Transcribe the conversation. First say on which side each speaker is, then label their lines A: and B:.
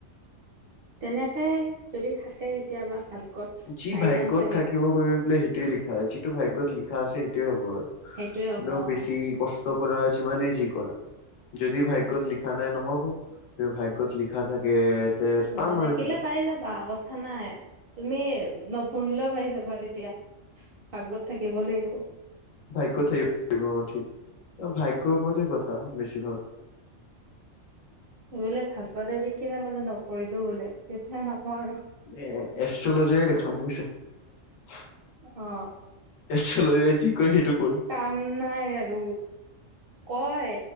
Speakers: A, on the right; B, on the left.
A: তেনেকে যদি থাকে কেতিয়াবা ভাগ্যত
B: যি
A: পাই
B: ভাগ্যত
A: যাম চাগে
B: থাকিব গৈ পেলাই সেইটোয়ে লিখা হয়। যিটো ভাগ্যত লিখা আছে, সেইটোয়ে হ'ব আৰু।
A: সেইটোৱে হ'ব
B: এনেও
A: অ
B: বেছি কষ্ট কৰা যিমানেই যি কৰা, যদি ভাগ্যত লিখ লিখা নাই নহ'ব, যদি ভাগ্যত লিখা থাকে। তে
A: লিখা
B: পাম আৰু
A: থাকিলে
B: কিবা
A: পাই যাবা আগত কথা নাই, তুমি নপঢ়িলেও পাৰি যাবা তেতিয়া। ভাগ্যত থাকিব লাগিব।
B: ভাগ্যত থাকিব পাৰিব অ' ঠিক, ভাগ্যত ওপৰতে কথা বেছি।
A: এই বোলে ভাগ পতাই দি কিনে বোলে নকৰিলো বোলে। চেষ্টা নকৰে আৰু।
B: এ এষ্ট্ৰলজাৰয়ে দেখাম বুজিছ। <unintelligible>
A: অ
B: এষ্ট্ৰলজাৰয়ে যি কয় সেইটো কৰিম।
A: উম' নাই আৰু। কয়